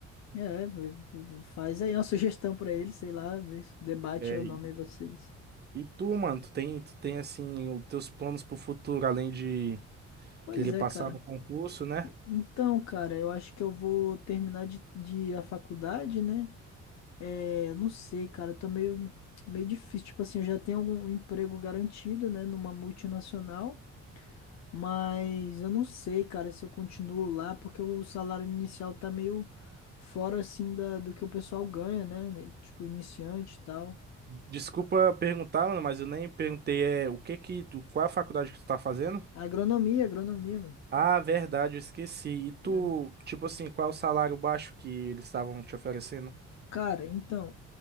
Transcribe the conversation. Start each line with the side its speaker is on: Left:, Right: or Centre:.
Left: É, vai- vai- faz aí uma sugestão pra ele, sei lá, vê se debate
Right: É,
Left: aí o nome
Right: e
Left: aí vocês.
Right: e tu, mano, tu tem, tu tem assim, os teus planos pro futuro, além de
Left: Pois
Right: querer
Left: é,
Right: passar
Left: cara.
Right: no concurso, né?
Left: Então, cara, eu acho que eu vou terminar de, de a faculdade, né? É, não sei, cara, tá meio, meio difícil. Tipo assim, eu já tenho algum emprego garantido, né, numa multinacional, mas eu não sei, cara, se eu continuo lá, porque o salário inicial tá meio fora, assim, da, do que o pessoal ganha, né? Tipo, iniciante e tal.
Right: Desculpa perguntar, mano, mas eu nem perguntei, é, o que que, tu- qual é a faculdade que tu tá fazendo?
Left: Agronomia, agronomia, mano.
Right: Ah, verdade, eu esqueci. E tu,
Left: É.
Right: tipo assim, qual é o salário baixo que eles estavam te oferecendo?
Left: Cara, então,